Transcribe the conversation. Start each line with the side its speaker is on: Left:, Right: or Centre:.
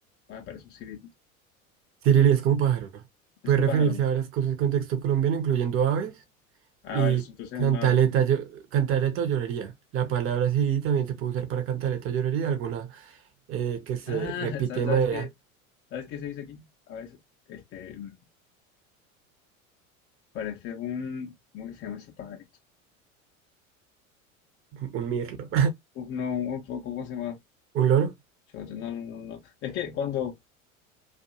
Left: Ah, parece un cirilí.
Right: cirilí es como pájaro.
Left: Es
Right: Puede
Left: un
Right: referirse
Left: pájaro, ¿no?
Right: a varias cosas del contexto colombiano, incluyendo aves
Left: Ah,
Right: y
Left: vale, entonces
Right: cantaleta,
Left: es un ave.
Right: yo- cantaleta o llorería. La palabra cirilí también se puede usar para cantaleta o llorería, alguna eh, que se
Left: Ah,
Right: repite
Left: <laughs> ¿sabes,
Right: de
Left: sabes
Right: manera,
Left: qué? ¿Sabes qué se dice aquí? A veces, este, mm, parece un, ¿cómo que se llama ese pajarito?
Right: un mirlo,
Left: Uf, no, un ¿cómo se llama?
Right: <laughs> un loro.
Left: Chote, No, no, no, no. Es que cuando,